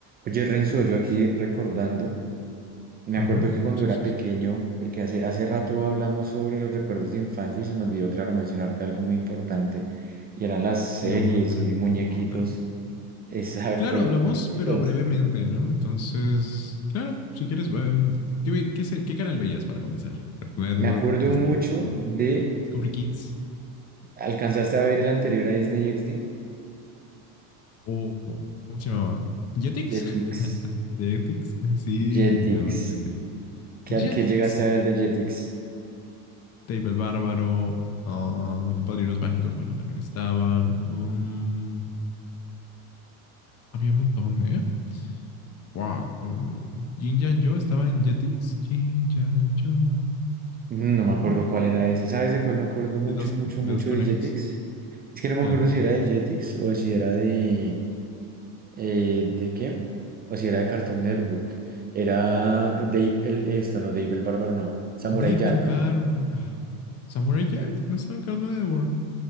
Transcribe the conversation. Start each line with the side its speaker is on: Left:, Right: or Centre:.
Right: Oye, Renzo, yo aquí recordando, me
Left: Ajá.
Right: acuerdo que cuando
Left: Sí,
Right: era
Left: sí,
Right: pequeño,
Left: sí.
Right: porque hace, hace rato hablamos sobre los recuerdos de infancia y se me olvidó, claro, mencionarte algo muy importante, y eran las series
Left: Lo verdaderamente
Right: y muñequitos.
Left: importante.
Right: <laughs> Exacto,
Left: Claro,
Right: los
Left: hablamos,
Right: muñequitos.
Left: pero brevemente, ¿no? Entonces, claro, si quieres, em, ¿qué, ve- qué se- qué canal veías para comenzar? Cartoon Network,
Right: Me acuerdo
Left: Disney
Right: mucho
Left: XD,
Right: de,
Left: Discovery Kids
Right: ¿alcanzaste a ver el anterior a Disney XD?
Left: o o- ¿cómo se llamaba? Jetix.
Right: Jetix,
Left: <laughs> Jetix. Sí,
Right: Jetix.
Left: llegué a ver Jetix.
Right: ¿Qué,
Left: Jetix.
Right: qué llegaste a ver de Jetix?
Left: Dave el Bárbaro. ah, Padrinos Mágicos, bueno, también estaban. mm, había un montón, ¿eh? Wow. um, Yin Yang Yo estaba en Jetix. Yin Yang Yo.
Right: No
Left: yo,
Right: me acuerdo
Left: yo.
Right: cuál era ese. ¿Sabes de cuál me acuerdo mucho,
Left: De dos,
Right: mucho,
Left: de
Right: mucho
Left: dos conejos.
Right: de Jetix? Es que no me
Left: Que
Right: acuerdo
Left: alcan-
Right: si era de Jetix o si era de... eh, ¿de qué? O si era de Cartoon Network. Era Dave el... Esto, no, Dave el Bárbaro, no. Samurai
Left: Deep
Right: Jack.
Left: el bar. ah, Samurai Jack. No estaba en Cartoon Network.